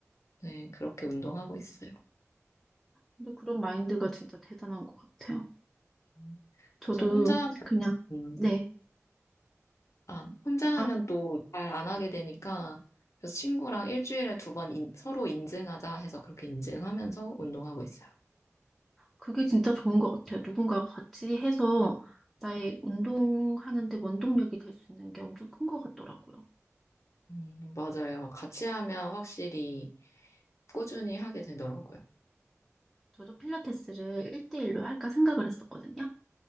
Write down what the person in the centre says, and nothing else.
근데 그런 마인드가 진짜 대단한 것 같아요.
저도
그냥,
네.
아,
그게 진짜 좋은 것 같아요. 누군가가 같이 해서 나의 운동하는데 원동력이 될 수 있는 게 엄청 큰 것 같더라고요.
저도 필라테스를 1대1로 할까 생각을 했었거든요.